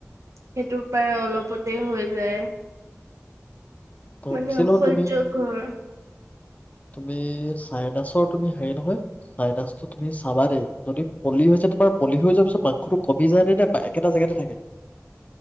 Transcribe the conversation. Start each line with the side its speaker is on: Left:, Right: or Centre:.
Right: সেইটোৰ পৰা অলপ হৈ যায়
Left: তনচিলৰ
Right: মানে অসহ্য
Left: তুমি
Right: কৰ
Left: তুমি চাইনাছৰ তুমি হেৰি নহয় চাইনাচটো তুমি চাবা দেই যদি পলি হয় তোমাৰ পলি হৈ যোৱাৰ পিছত মাংসটো কমি যায় নে নে একেটা জেগাতে থাকে-